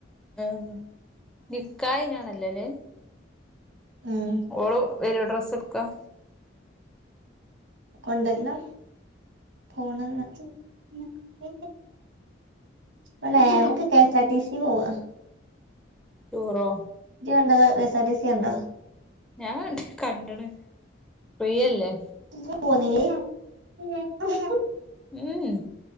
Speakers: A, in the centre; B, on the right.
A: ഏ നിക്കാഹയ്നാണല്ലോ ല്ലേ അത്
B: ഉം
A: ഓള് വരോ ഡ്രസ്സ്‌ട്ക്കാം
B: കൊണ്ടർണം പോണം <unintelligible> ഇവളേ നമുക്ക് K S R T C യില് പോവാ
A: ടൂറോ
B: ഇജി കണ്ടാതാ K S R T C കണ്ടോ
A: ഞാൻ കണ്ടണു ഫ്രീയല്ലേ
B: ഇജ്ജ് പോന്നിനി <unintelligible>
A: ഉം